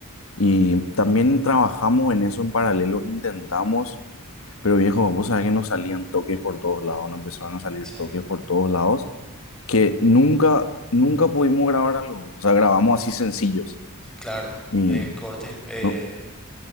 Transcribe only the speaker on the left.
y también trabajamos en eso en paralelo, intentamos pero viejo, vos sabés que nos salían toques por todos lados, nos empezaron a salir
toques por todos lados, que nunca, nunca pudimos grabar algo. O sea, grabamos así sencillos.
Y
no,